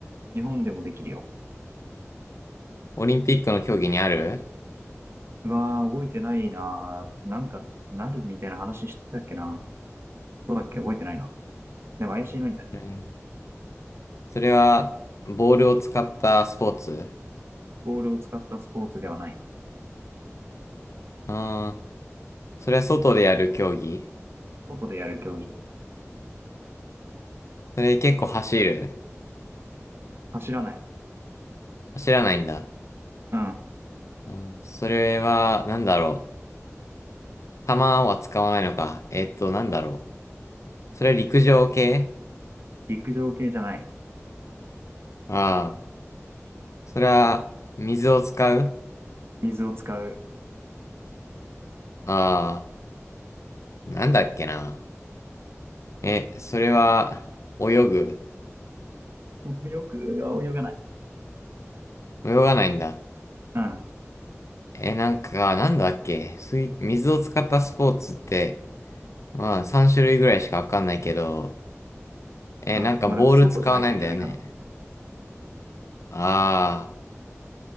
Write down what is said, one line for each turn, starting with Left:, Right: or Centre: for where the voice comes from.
Right: 日本でもできるよ。
Left: オリンピックの競技にある
Right: うわー、覚えてないなー。なんか、なるみたいな話してたっけな。どうだっけ覚えてないな。でも怪しいのにだね。
Left: うんそれは、ボールを使ったスポーツ
Right: ボールを使ったスポーツではないわ。
Left: うん。それは外でやる競技
Right: 外でやる競技。
Left: それ結構走る
Right: 走らない。
Left: 走らないんだ。
Right: うん。
Left: うん、それは、なんだろう。弾は使わないのか。えっと、なんだろう。それは陸上系
Right: 陸上系じゃない。
Left: ああ、それは水を使う
Right: 水を使う。
Left: ああ、なんだっけな。え、それは泳ぐ
Right: 泳ぐ、泳がない。
Left: 泳がないんだ。
Right: うん。
Left: え、なんか、なんだっけ水、水を使ったスポーツって、まあ3種類ぐらいしかわかんないけど、え、
Right: うん。
Left: なんかボール使わないんだよね。
Right: まあでも、外じゃないといけないからね。
Left: ああ。